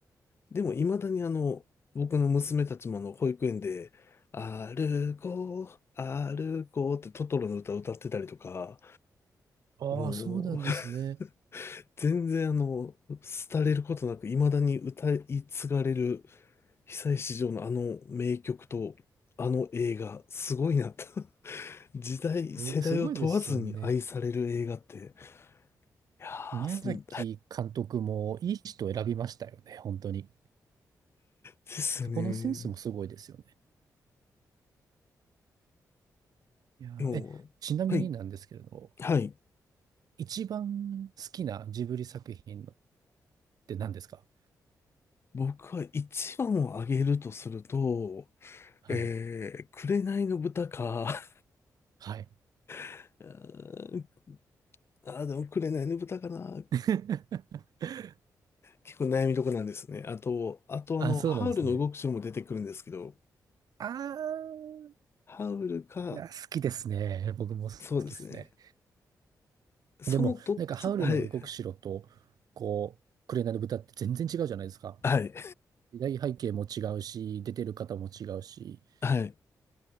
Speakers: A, on the left; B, on the right.
A: でも未だにあの、僕の娘たちもあの、保育園で、歩こう、歩こうってトトロの歌を歌ってたりとか、
B: ああ、
A: もう、
B: そうなんですね。
A: <laughs> 全然あの、廃れることなく未だに歌い継がれる被災市場のあの名曲と、あの映画、すごいなと。<laughs> 時代、世代を問わずに愛される映画って、
B: す、すごいですよね。
A: いやー、
B: 宮崎監督もいい人を選びましたよね、
A: す <laughs> で
B: 本当に。
A: すよね。
B: そこのセンスもすごいですよね。いやー、
A: 今日、
B: え、ちなみになんですけれど、
A: はい、はい。
B: 一番好きなジブリ作品のって何ですか
A: 僕は一番を挙げるとすると、
B: はい。
A: えー、紅の豚か、
B: はい。
A: <laughs> うーんあー、でも紅の豚かな。
B: <laughs>
A: 結構悩みどこなんですね。あと、あとあの、
B: あ、そうなんですね。
A: ハウルの動く城も出てくるんですけど、
B: あー、
A: ハウルか、
B: いや、好きですね。僕も好きですね。
A: そうですね。そのどっち、
B: でも、なんか、ハウルの動く城と、
A: はい、
B: こう、紅の豚って全然違うじゃないですか。
A: はい、
B: 時代背景も違うし、出てる方も違うし、
A: はい。